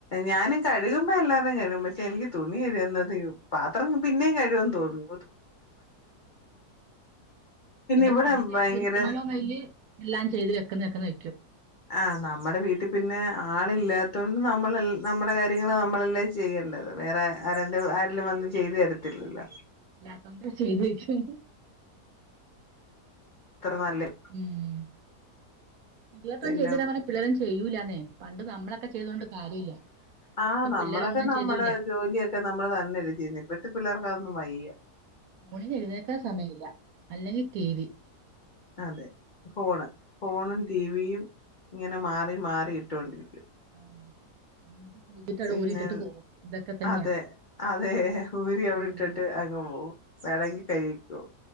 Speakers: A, on the left; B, on the right.
A: ഞാനും കഴുകുമ്പോ എല്ലാരേം കഴുകും പക്ഷെ എനിക്ക് തുണി കഴുകുന്നത് പാത്രം പിന്നേം കഴുകാൻ തോന്നും
B: പിന്നെ
A: ഇവിടെ
B: പണി ചെയ്തു
A: ഭയങ്കര
B: തീർക്കണല്ലോന്നയില് എല്ലാം ചെയ്തു വെ <unintelligible>
A: ആ നമ്മുടെ വീട്ടിൽ പിന്നെ ആളില്ലാത്ത കൊണ്ട് നമ്മൾ നമ്മുടെ കാര്യങ്ങള് നമ്മളെല്ലാം ചെയ്യേണ്ടത് വേറെ ആ രണ്ട് ആരേലും വന്ന് ചെയ്തു തര തരില്ലല്ലോ
B: അങ്ങനെ ചെയ്ത് വെക്കും
A: അത്ര നല്ല
B: ഉം പിള്ളേപ്പം
A: പിന്നെ
B: ചെയ്ത് തരാൻ പറഞ്ഞാ പിള്ളേരൊന്നും ചെയ്യൂലാന്നേ പണ്ട് നമ്മളൊക്കെ ചെയ്ത കൊണ്ട് കാര്യമില്ല
A: ആഹ്
B: ഇപ്പം
A: നമ്മളൊക്കെ
B: പിള്ളേരൊന്നും
A: നമ്മടെ
B: ചെയ്യൂല
A: ജോലിയൊക്കെ നമ്മള് തന്നെയല്ലേ ചെയ്യുന്നെ ഇപ്പഴത്തെ പിള്ളേർക്ക് അതൊന്നും വയ്യ
B: ഫോണിന് എഴുന്നേക്കാൻ സമയമില്ല അല്ലെങ്കിൽ ടി വി
A: അതെ ഫോണ് ഫോണും ടിവിയും ഇങ്ങനെ മാറി മാറി ഇട്ടോണ്ടിരിക്കും
B: ആഹ് എന്നിട്ട് കുളിച്ചിട്ട് അവിടെ
A: പിന്നെ
B: ഊരി ഇട്ടിട്ട് പോകും ഇതൊക്കെ തന്നെയാ
A: അതെ അതെ ഊരി അവിടെ
B: ഉം
A: ഇട്ടിട്ട് അങ് പോകും വേണങ്കി കഴിക്കോ